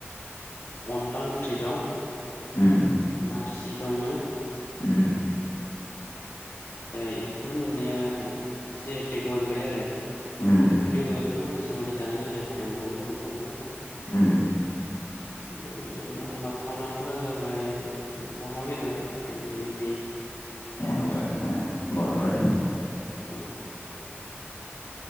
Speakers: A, on the left (about 55°); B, on the left (about 70°).
A: अनला ओंख्रि दं,
B: उम
A: नारजि दङ
B: उम
A: ओ एफोर मोन्नैया जि आइ टेक मोनबाय आरो
B: उम उम
A: बेफोरनि अनगायैबो माखासे माने जानाय लोंनायफोर दंबावो बर'फोरनाव
B: उम
A: ओ नाम लाथावनाफोरा जाबाय अमा बेदर एकदम मेनलि
B: अमा बेदर बर'फोरनि
A: औ
B: <inaudible>